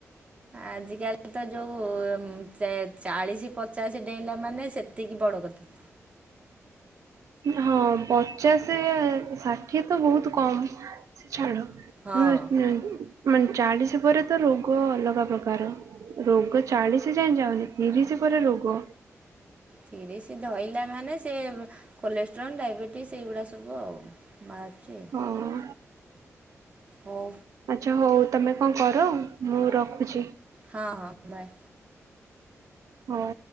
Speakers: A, on the right (about 25°); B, on the right (about 80°).
A: ଆଜିକାଲି ତ ଯୋଉ ଉଁ, ସେ ଚାଳିଶ ପଚାଶ ଡେଇଁଲା ମାନେ ସେତିକି ବଡ କଥା।
B: ଇ-ହଁ ପଚାଶେ ଷାଠିଏ ତ ବହୁତ କମ୍ ଛାଡ।
A: ହଁ
B: <unintelligible> ମାନେ ଚାଳିଶି ପରେ ତ ରୋଗ ଅଲଗା ପ୍ରକାର। ରୋଗ ଚାଳିଶ ଯାଏ ଯାଉନି ତିରିଶ ପରେ ରୋଗ।
A: ତିରିଶି ଧଇଲା ମାନେ ସେ କୋଲେଷ୍ଟ୍ରନ୍, ଡାଇବେଟିସ୍ ଏଇଗୁଡ଼ା ସବୁ ଆଉ ବାହାରୁଛି।
B: ହଁ
A: ହଉ
B: ଆଚ୍ଛା ହଉ ତୋମେ କଣ କର ମୁଁ ରଖୁଛି।
A: ହଁ, ହଁ ବାଏ।
B: ହଁ।